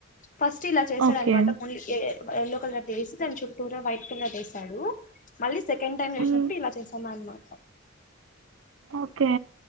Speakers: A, on the left; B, on the right.
A: ఫస్ట్ ఇలా చేశాడన్నమాట
B: ఓకే
A: ము ఎ ఎల్లో కలర్ వేసి దాని చుట్టూర వైట్ కలర్ దేసాడు మళ్ళీ సెకండ్ టైమ్ చేసినప్పుడు
B: మ్మ్.
A: ఇలా చేసామానమాట
B: ఓకే